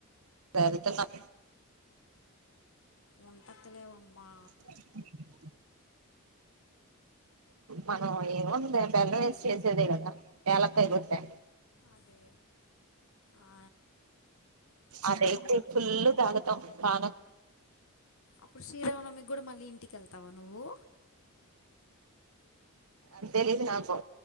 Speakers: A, on the right; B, on the left.
A: వెళ్తున్నాం
B: ఒంటతి లేవమ్మా
A: <unintelligible> మనం ఏముంది బెల్ళం ఏస్ చేసేదే కదా ఎలక్కై గొట్టే
B: అదే ఆ,
A: అదేతే ఫుల్ తాగుతాం పానకం
B: అప్పుడు శ్రీరామనమికి కూడా మళ్ళీ ఇంటికి కి వెళ్తావా నువ్వు
A: అంతలిది నాకు